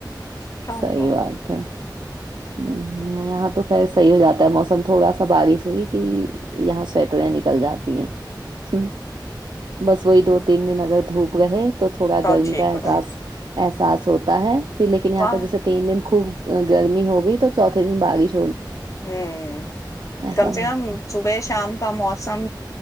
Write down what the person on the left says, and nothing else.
کیوں
کیوں
کیوں
ٹھیک
ہو رہا
واہ
ہوں
کم
سے
کم
صبح شام کا موسم